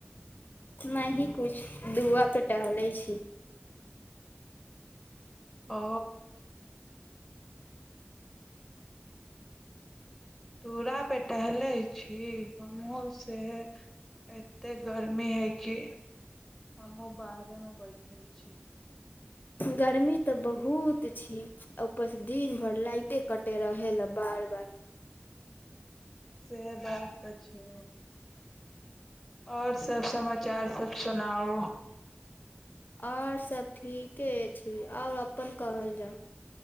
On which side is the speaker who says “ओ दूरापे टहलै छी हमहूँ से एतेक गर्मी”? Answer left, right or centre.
Centre